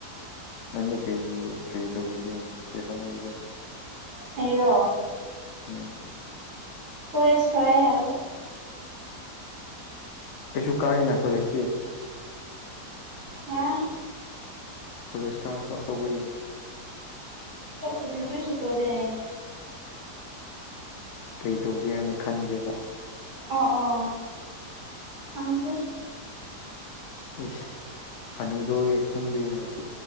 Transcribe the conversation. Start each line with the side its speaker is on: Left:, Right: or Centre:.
Left: ꯅꯪꯅ ꯀꯩ ꯀꯩ ꯇꯧꯔꯤꯒꯦ ꯀꯩ ꯍꯣꯠꯅꯔꯤꯒꯦ꯫
Right: ꯑꯩꯔꯣ
Left: ꯎꯝ
Right: ꯍꯣꯌꯦ ꯁꯥꯏ ꯍꯥꯏꯒ
Left: ꯑꯩꯁꯨ ꯀꯥꯏꯅ ꯀꯣꯂꯦꯁꯇꯤ꯫
Right: ꯍꯥ
Left: ꯀꯣꯂꯦꯖ ꯀꯥꯔꯁꯨ ꯑꯇꯣꯞꯗꯤ
Right: ꯇꯄꯗꯤ ꯀꯔꯤꯁꯨꯇꯧꯗꯦ ꯫
Left: ꯀꯩ ꯇꯧꯒꯦ ꯍꯥꯏꯅ ꯈꯟꯒꯦꯕ
Right: ꯑꯣ ꯑꯣ ꯈꯪꯗ꯭ꯔꯦ꯫
Left: ꯏꯁ ꯍꯅꯨꯗꯧꯔꯦ ꯈꯪꯗꯦ ꯍꯥꯏꯗꯤ꯫